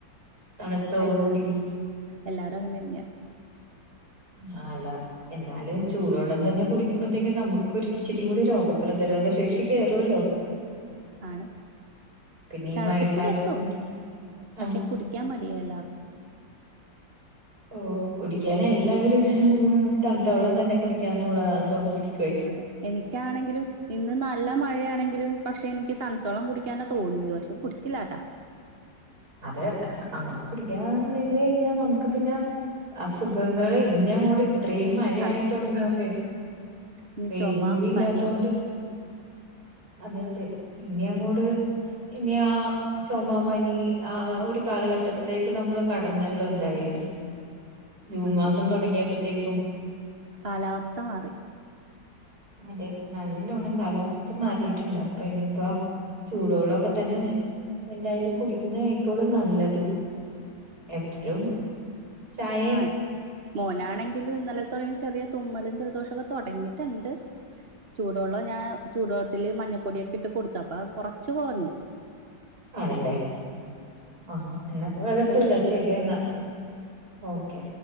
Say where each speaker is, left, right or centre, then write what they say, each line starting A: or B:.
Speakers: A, on the right; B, on the right.
A: തണുത്ത ഓകൂടി
B: എല്ലാ എല്ലാരും അങ്ങനെ തന്നെയാ
A: ആ അല്ല എന്നാലും ചൂടുവെള്ളം തന്നെ കുടിക്കുമ്പോത്തേക്ക് നമുക്കൊരിച്ചിരി കൂടി രോഗപ്രതിരോധ ശേഷി കേറോല്ലോ
B: ആണ്
A: പിന്നെ ഈ
B: തെളപ്പിച്ച്
A: മഴക്കാലത്ത്
B: വെക്കും
A: ആ
B: പക്ഷെ കുടിക്കാൻ മടിയാ എല്ലാർക്കും
A: ഓ കുടിക്കാനെല്ലാവരും തണുത്ത വെള്ളം തന്നെ കുടിക്കാന്നുള്ള നോക്കിയിരി
B: അതെ എനിക്കാണെങ്കിലും ഇന്ന് നല്ല മഴയാണെങ്കിലും പക്ഷെ എനിക്ക് തണ്ത്തള്ളം കുടിക്കാനാണ് തോന്നിയത് പക്ഷെ കുടിച്ചില്ലാട്ടാ
A: അതെ അങ്ങനെ കുടിക്കാതെ നിന്ന് കഴിഞ്ഞാല് നമുക്ക് പിന്നെ അസുഖങ്ങള് ഇങ്ങനെങ്ങോട്ട് ഇത്രയും മഴയായി
B: അതെ
A: തൊടങ്ങിയോണ്ടെ
B: ഇനി
A: വെയിലും
B: ചുമ
A: കൂടി ഇല്ലാത്തോണ്ട്
B: പനി
A: അതെ അതെ ഇനി അങ്ങോട് ഇനി ആ ചൊമാ പനി ആ ഒരു കാലഘട്ടത്തിലേക്ക് നമ്മള് കടന്നെല്ലോ എന്തായാലും ജൂൺ
B: അതെ
A: മാസം
B: ഇനി
A: തൊടങ്ങിയപ്പത്തേക്കും
B: കാലാവസ്ഥ മാറി.
A: അതെ നല്ലോണ്ണം കാലാവസ്ഥ മാറിയിട്ടുണ്ട് അപ്പൊ ഇനിയിപ്പ ചൂടോള്ളം ഇപ്പൊത്തന്നെ എന്തായാലും ന്നേ ആയിക്കോളും നല്ലത് എപ്പഴും ചായയും
B: ആഹ് മോനാണെങ്ക് <unintelligible> ഇന്നലെത്തൊടങ്ങി ചെറിയ തുമ്മലും ജലദോഷൊക്കെ തൊടങ്ങിയിട്ടുണ്ട് ചൂടുവെള്ളം ഞാൻ ചൂടുവെള്ളത്തില് മഞ്ഞപ്പൊടിയൊക്കെ ഇട്ട് കൊടുത്തു അപ്പ കൊറച്ച് കൊറഞ്ഞു.
A: ആണല്ലേ ആഹ് എന്നാ കൊഴപ്പൊല്ല
B: വിളിക്കാം
A: ശരിയെന്നാ ഓക്കെ